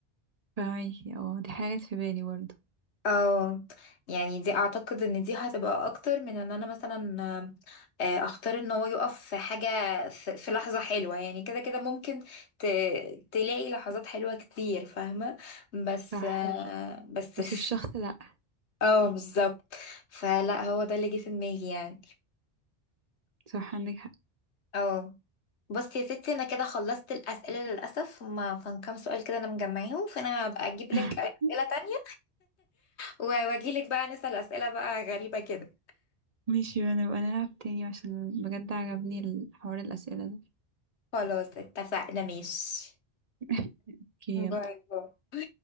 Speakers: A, on the right (about 40°); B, on the left (about 85°).
A: فاهمكي اه دي حاجات في بالي برضو
B: اه يعني دي اعتقد ان دي هتبقى اكتر من ان انا مثلا آه، اختار ان هو يقف في حاجة في في لحظة حلوة يعني كده كده ممكن ت... تلاقي لحظات حلوة كتير فاهمة بس
A: صح
B: آه، بس
A: بس
B: في-
A: الشخص لا
B: اه بالظبط فلا هو ده اللي جه في دماغي يعني
A: صح عندك حق
B: اه بس يا ستي انا كده خلصت الاسئله للاسف ما كان كام سؤال كده انا مجمعاهم فانا هبقى اجيب
A: <laughs>
B: لك اسئله تانية واجي لك بقى نسال اسئله بقى غريبه كده
A: ماشي بقى نبقى نلعب تاني عشان بجد عجبني الحوار الاسئله ده
B: خلاص اتفقنا ماشي
A: <laughs> اوكي يلا.
B: باي باي